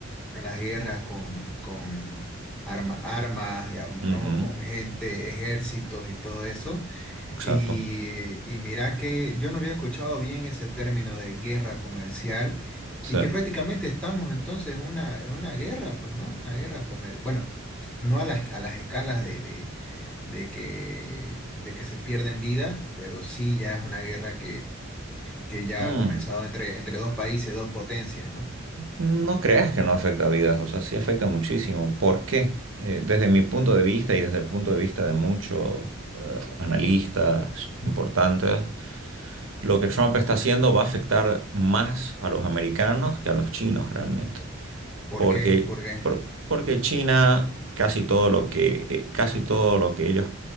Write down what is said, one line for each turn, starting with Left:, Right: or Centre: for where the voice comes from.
Centre: a las guerras con, con arma- armas, digamos,
Right: Ujú,
Centre: ¿no? Con gente, ejércitos y todo eso.
Right: exacto.
Centre: Y, y mira que yo no había escuchado bien ese término de guerra comercial
Right: Sí.
Centre: y que prácticamente estamos entonces en una, en una guerra, pues, ¿no? Una guerra comercial. Bueno, no a las, a las escalas de, de, de que, de que se pierden vidas, pero sí ya es una guerra que, que ya
Right: Mm,
Centre: ha comenzado entre, entre dos países, dos potencias, ¿no?
Right: no creas que no afecta vidas, o sea, sí afecta muchísimo. ¿Por qué? Eh, desde mi punto de vista y desde el punto de vista de muchos eh, analistas importantes, lo que Trump está haciendo va a afectar más a los americanos que a los chinos realmente.
Centre: ¿Por
Right: porque,
Centre: qué? ¿Por qué?
Right: por- porque China, casi todo lo que, eh, casi todo lo que ellos